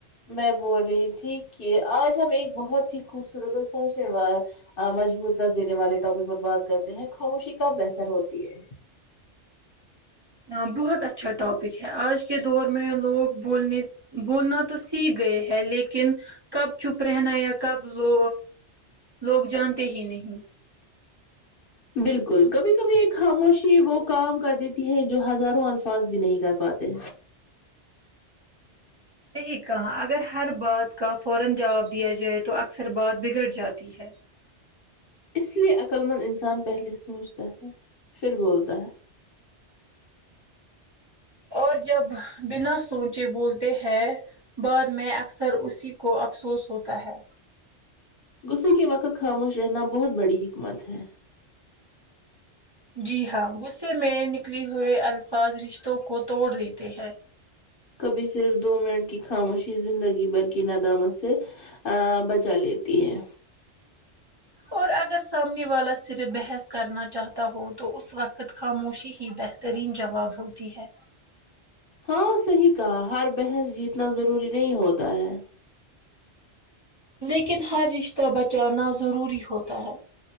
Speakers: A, on the left; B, on the right.
A: میں بول رہی تھی کہ آج ہم ایک بہت ہی خوبصورت اور سوش وار مجبور کر دینے والے ٹاپک پر بات کرتے ہیں خاموشی کب بہتر ہوتی ہے
B: ہاں بہت اچھا ٹاپک ہے آج کے دور میں لوگ بولنے بولنا تو سیک گئے ہے لیکن کب چپ رہنا یا کب بو لوگ جانتے ہی نہیں
A: بالکل کبھی کبھی ایک خاموشی وہ کام کر دیتی ہے جو ہزاروں الفاظ بھی نہیں کر پاتے
B: صحیح کہاں اگر ہر بات کا فورا جواب دیا جائے تو اکثر بات بگڑ جاتی تھیک ہے
A: اس لیے عقللمند انسان پہلے سوچتا ہے پھر بولتا ہے
B: اور جب بنا سوچے بولتے ہیں بعد میں اکثر اسی کو افسوس ہوتا ہے
A: غصے کے وقت خاموش رہنا بہت بڑی حکمت ہے
B: جی ہاں غصے میں نکل ہوئے الفاظ رشتوں کو توڑ دیتے ہیں
A: کبھی صرف دو منٹ کی خاموشی زندگی بھر کی ندامت سے ا بچا لیتی ہے
B: اور اگر سامنے والا صرف بحث کرنا چاہتا ہو تو اس وقت خد خاموشی ہی بہترین جواب ہوتی ہے
A: ہاں صحیح کہا ہر بحث جیتنا ضروری نہیں ہوتا ہے
B: لیکن ہر رشتہ بچانا ضروری ہوتا ہے